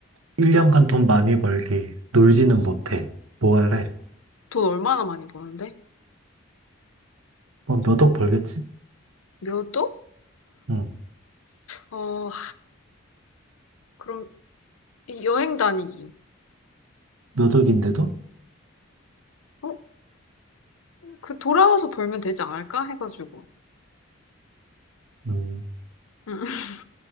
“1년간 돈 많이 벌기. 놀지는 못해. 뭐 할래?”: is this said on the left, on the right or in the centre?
Right